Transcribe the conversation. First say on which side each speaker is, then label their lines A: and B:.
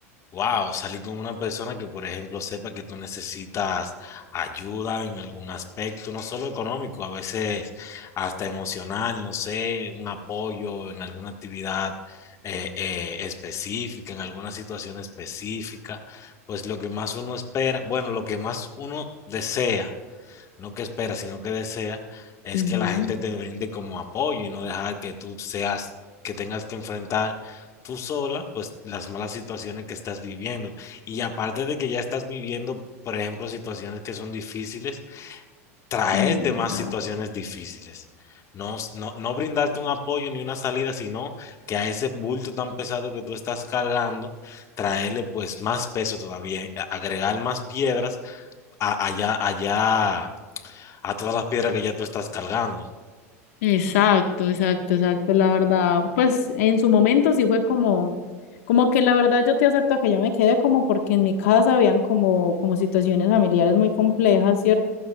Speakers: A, on the left; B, on the left.
A: Wow, salir con una persona que, por ejemplo, sepa que tú necesitas ayuda en algún aspecto, no solo económico, a veces hasta emocional, no sé, un apoyo en alguna actividad eh, eh, específica, en alguna situación específica, pues lo que más uno espera, bueno, lo que más uno desea no que espera, sino que desea, es
B: Ujú.
A: que la gente te brinde como apoyo y no dejar que tú seas, que tengas que enfrentar tú sola, pues las malas situaciones que estás viviendo. Y aparte de que ya estás viviendo, por ejemplo, situaciones que son difíciles, traerte
B: exacto.
A: más situaciones difíciles. No, no, no brindarte un apoyo ni una salida, sino que a ese bulto tan pesado que tú estás cargando, traerle pues más peso todavía, agregar más piedras a- allá, allá a todas las piedras que ya tú estás cargando.
B: Exacto, exacto, exacto, la verdad, pues en su momento sí fue como, como que la verdad yo te acepto que yo me quedé como porque en mi casa habían como, como situaciones familiares muy complejas, ¿cierto?